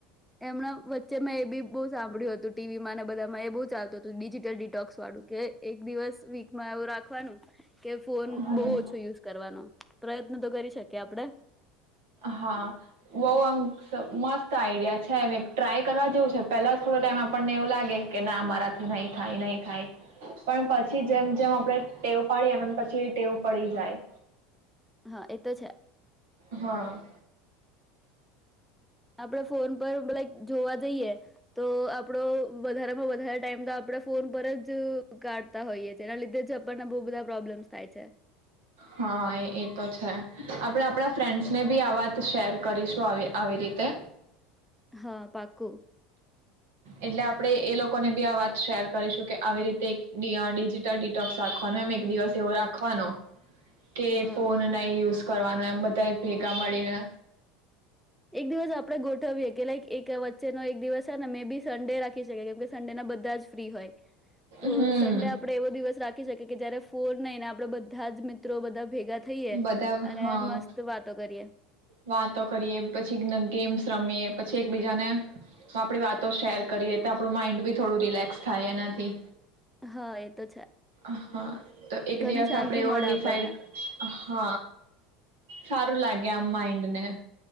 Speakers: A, in the centre; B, on the right (about 80°).
A: એમના વચ્ચે મેં એ બી બહ સાંભળ્યું હતું ટીવીમાં બધા બુ ચાલત હતું ડિજિટલ ડિટોક્સ વાળું કે એક દિવસ વીકમાં એવું રાખવાનું કે ફોન
B: હમ
A: બહ ઓછો યુઝ કરવાનો. પ્રયત્ન તો કરી શકીએ આપડે.
B: હા બઉ આમ મસ્ત આઈડિયા છે ટ્રાય કરવા જેવું છે પેલા થોડો ટાઈમ આપણને એવું લાગે કે ના અ મારાથી નહી થાય નહી થાય પણ પછી જેમ જેમ આપણે ટેવ પાડી એમમ પછી ટેવ પડી જાય
A: હા એતો છે.
B: હા.
A: આપણે ફોન પરલાક જોવા જઈએ તો આપડો વધારામાં વધારે ટાઈમ તો આપણે ફોન પર જ કાઢતા હોઈએ એના લીધે જ આપણને બહુ બધા પ્રોબ્લેમ્સ થાય છે.
B: હા એ તો છે આપડે આપણા ફ્રેન્ડ્સ ને ભી આ વાત શેર કરીશું આવી રીતે
A: હા પાકું.
B: એટલે આપણે એ લોકોને બી આ વાત શેર કરીશું કે આવી રીતે એક ડિજિટલ ડિટોક્સ રાખવાનું એમ એક દિવસ એવો રાખવાનો કે
A: હા
B: ફોન નહી યુઝ કરવાનું એમ બધાએ ભેગા મળીને
A: એક દિવસ આપણે ગોઠવીએ કે લાઈક એક વચ્ચેનો એક દિવસ છે ને મે બી સન્ડે રાખી શકીએ કેમ કે સન્ડે ના બધા જ ફ્રી હોય. તો
B: હમ
A: સન્ડે આપણે એવો દિવસ રાખી શકીએ કે જયારે ફોન નઈ ને આપણે બધાં જ મિત્રો બધાં ભેગ ગા થઈએ.
B: બધા
A: અને
B: હા
A: મસ્ત વાતો કરીએ.
B: વાતો કરીએ, પછી ગેમ્સ રમીએ પછી, એકબીજાને આપણી વાતો શેર કરીએ, તો આપણું માઈન્ડ બી થોડું રિલેક્સ થાય એનાથી
A: હહ એ તો છે
B: હહ તો એક
A: ઘણી
B: દિવસ
A: શાંતિ
B: આપણેે એવો
A: મળે
B: ડિસાઈડ
A: આપણને
B: હહ સારું લાગે. કે આમ માઈ ઈન્ડને